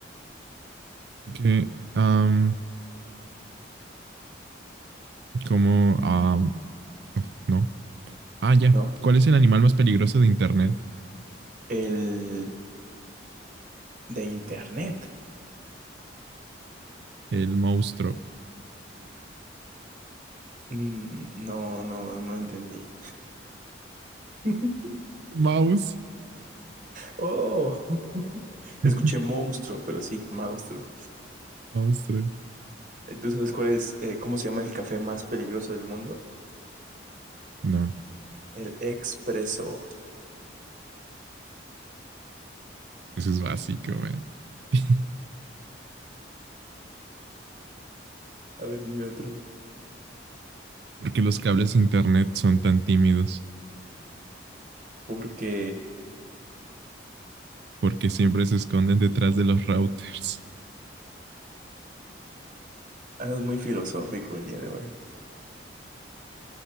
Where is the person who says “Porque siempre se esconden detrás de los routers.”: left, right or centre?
Right